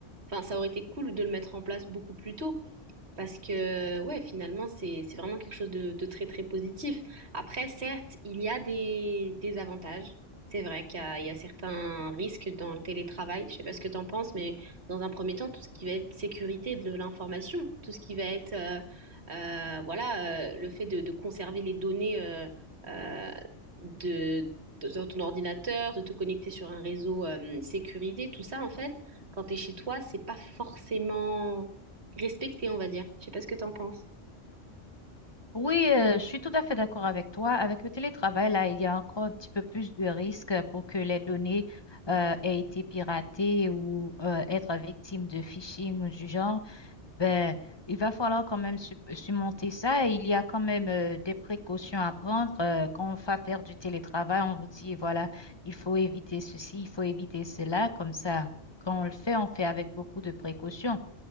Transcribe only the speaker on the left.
Oui, euh, je suis tout à fait d'accord avec toi. Avec le télétravail, là, il y a encore un petit peu plus de risques pour que les données euh, aient été piratées ou euh, être victimes de phishing ou du genre. Ben, il va falloir quand même su- surmonter ça. Et il y a quand même euh, des précautions à prendre. euh, quand on va faire du télétravail, on vous dit, voilà, il faut éviter ceci, il faut éviter cela. Comme ça, quand on le fait, on fait avec beaucoup de précautions.